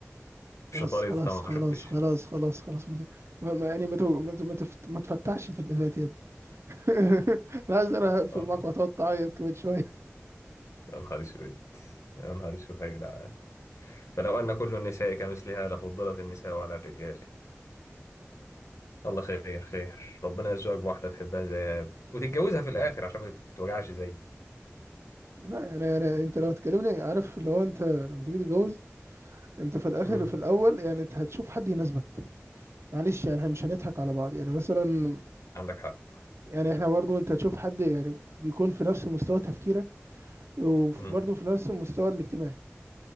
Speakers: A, on the left; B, on the right.
A: في
B: بس
A: شطارتها
B: خلاص خلاص
A: ما شفتش
B: خلاص خلاص خلاص ما ت- ما- ما- يعني ما تو- ما ت- ما تفت- ما تفتحش في اللي فات <laughs> انا عايز انا هقفل
A: اه
B: معاك وهتقعد تعيط كمان شويه
A: يا نهار اسود يا نهار اسود يا جدعان فلو ان كل النساء كمثلها لفضلت النساء على الرجال الله خير خير ربنا يرزقك بواحده تحبها زي يا ابني وتتجوزها في الاخر عشان ما تتوجعش زيي
B: لا يعني انا انت لو تكلمني عارف لو انت لما تيجي تتجوز انت في الاخر
A: امم
B: في الاول يعني انت هتشوف حد يناسبك معلش يعني احنا مش هنضحك على بعض يعني مثلا
A: عندك حق
B: يعني احنا برضو انت تشوف حد يعني بيكون في نفس مستوى تفكيرك وبرضو
A: امم
B: في نفس المستوى الاجتماعي